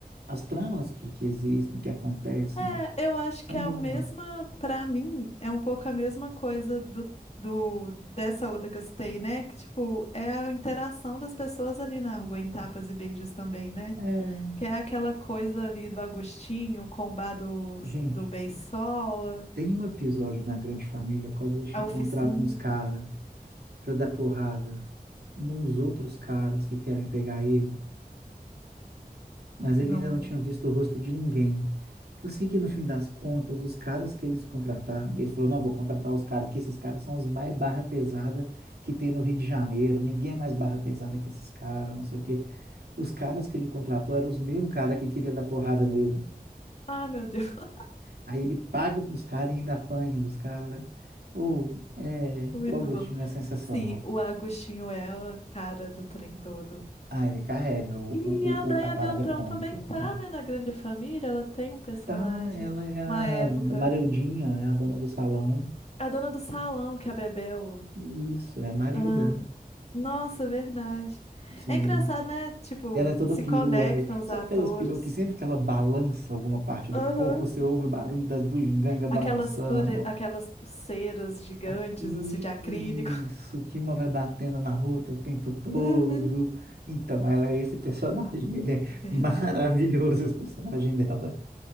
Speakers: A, on the right (about 85°); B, on the left (about 40°).
A: As tramas que, que existem, que acontecem,
B: É, eu acho
A: são
B: que é
A: boas.
B: a mesma, pra mim, é um pouco a mesma coisa do, do dessa outra que eu citei, né? Que, tipo, é a interação das pessoas ali na rua, em tapas e beijos também, né?
A: É.
B: Que é aquela coisa ali do Agostinho com o bar do,
A: Gente,
B: do Beisola,
A: tem um episódio da Grande Família que o Agostinho
B: a oficina,
A: contrata uns caras pra dar porrada nos outros caras que querem pegar ele. mas ele
B: não
A: ainda
B: lembro.
A: não tinha visto o rosto de ninguém. Eu sei que no fim das contas, os caras que eles contrataram, ele falou: não, vou contratar os caras aqui, esses caras são os mais barra pesada que tem no Rio de Janeiro, ninguém é mais barra pesada que esses caras, não sei o quê. Os caras que ele contratou eram os mesmos caras que queria dar porrada nele.
B: Ah, meu Deus, <laughs>
A: Aí ele paga pros caras e ainda apanha dos caras. Ou, é,
B: muito
A: o Agostinho
B: bom.
A: é sensacional.
B: Sim, o Agostinho é a cara do trem todo.
A: Ah, ele carrega o, o,
B: E a Andréia
A: o, o- a parada
B: Beltrão
A: cômica
B: também
A: do
B: tá,
A: nada.
B: né, na Grande Família, ela tem um personagem
A: Tá, ela é a
B: uma época.
A: Marildinha, né, a dona do salão
B: A dona do salão que a bebeu.
A: Isso, é a Marilda.
B: Ah, nossa, verdade.
A: Sim.
B: É engraçado, né? Tipo,
A: Ela é toda
B: se
A: perua.
B: conectam os
A: Sabe
B: atores.
A: aquelas peruas que sempre que ela balança alguma parte do
B: Aham.
A: corpo, você ouve o barulho das bugigangas balançando?
B: Aquelas, pure... Aquelas pulseiras gigantes,
A: Ah, Isso,
B: assim, de acrílico.
A: que uma vai batendo na outra o tempo todo.
B: Uhum.
A: Então, ela é esse personagem. <laughs> Ele
B: <laughs>
A: é
B: Verdade.
A: maravilhoso, esse personagem dela.